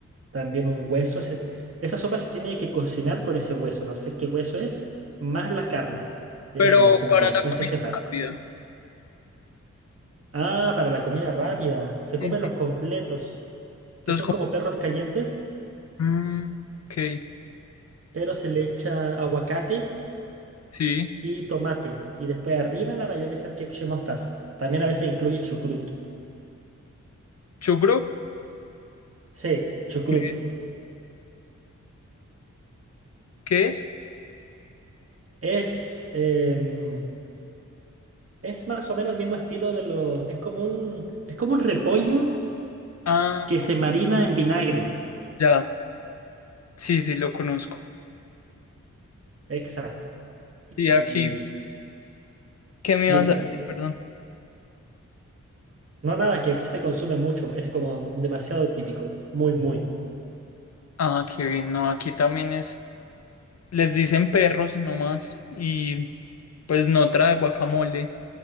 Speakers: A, on the right; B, on the left.
A: también un hueso. Se- esa sopa se tiene que cocinar con ese hueso, no sé qué hueso es, más la carne. Vienen
B: Pero
A: como juntos
B: para
A: y después
B: la comida
A: se separan.
B: rápida.
A: Ah, para la comida rápida. Se
B: Sí,
A: comen
B: sí.
A: los completos, que
B: Los
A: son
B: co-
A: como perros calientes,
B: Mm, ok,
A: pero se le echa aguacate
B: sí.
A: y tomate. Y después arriba la mayonesa, el ketchup y mostaza. También a veces incluye chucrut.
B: Chugro,
A: Sí, chucrut.
B: ¿qué, qué es?
A: Es, em, es más o menos el mismo estilo de los... Es como un, es como un repollo
B: Ah,
A: que se marina en vinagre.
B: ya. Sí, sí, lo conozco.
A: Exacto. Y
B: Y aquí, ¿qué me
A: dime,
B: ibas a decir? Perdón.
A: no nada que aquí se consume mucho, es como demasiado típico, muy, muy.
B: Ah, qué bien, no, aquí también es, les dicen perros nomás, y pues no trae guacamole,